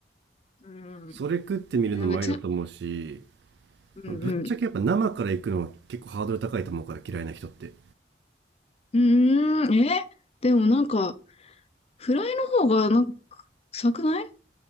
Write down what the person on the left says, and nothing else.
うん。
でなんか、ちゃ、うんうん。
うーん、えでもなんか、フライの方が、なんか、臭くない